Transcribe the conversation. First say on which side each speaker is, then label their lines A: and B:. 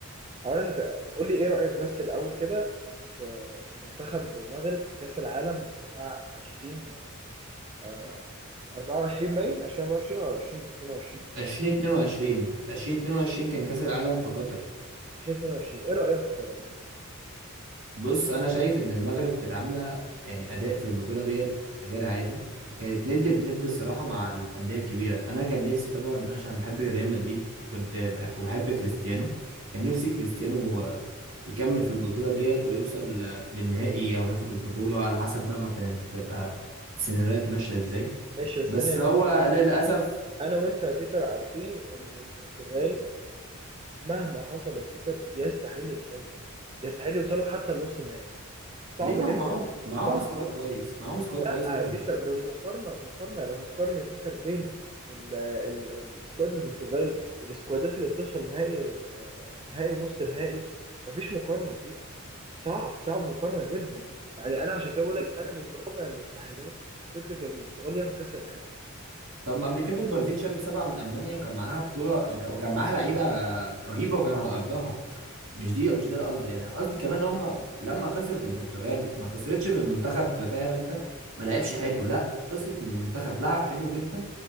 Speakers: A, on the right; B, on the right.
A: اولا انت قول لي ايه رايك بس الاول كده في في منتخب المغرب في كاس العالم بتاع 20 آه 24 باين 2024 ولا 2022
B: 2022 2022 كان كاس العالم في قطر
A: 2022 ايه رايك في
B: بص انا شايف ان المغرب كانت عامله يعني اداء في البطوله ديت غير عادي وكانت ند بند الصراحه مع الانديه الكبيره انا كان نفسي طبعا انا عشان بحب ريال مدريد وكنت بح- وبحب كريستيانو كان نفسي كريستيانو آه، يكمل في البطوله ديت ويوصل آه، للنهائي او ياخد البطوله على حسب بقى ما كانت تبقى السيناريوهات ماشيه ازاي
A: ماشي بس
B: بس
A: ثانيه يا بيتر
B: هو
A: كده
B: للاسف
A: انا وانت يا بيتر عارفين ان البرتغال مهما حصل يا بيتر يستحيل يوصل يستحيل يوصلوا حتى لنص النهائي صعب
B: ليه ما
A: جدا
B: هو معاهم معاهم
A: صعب
B: سكواد
A: جدا
B: كويس معاهم سكواد
A: لا
B: كويس قوي
A: يا بيتر بمقارنه مقارنه لو هتقارن يا بيتر بين ال- ال- ال- السكواد البرتغال والسكوادات اللي بتوصل نهائي آه، نهائي ونص نهائي مفيش مقارنه يا بيتر صعب صعب مقارنه جدا يعني انا عشان كده بقول لك انا من رابع المستحيلات فكره ان البرتغال ياخد كاس العالم
B: طب ما قبل كده البرازيل شالت سبعة من المانيا وكان معاها بطوله وكان وكان معاها لعيبه رهيبه وكان على ارضها مش دي مش ده القصد يعني أنا قصدي كمان هم لما خسرت البرتغال ما خسرتش من منتخب فاهم انت ما لعبش حلو لا خسرت من منتخب لعب حلو جدا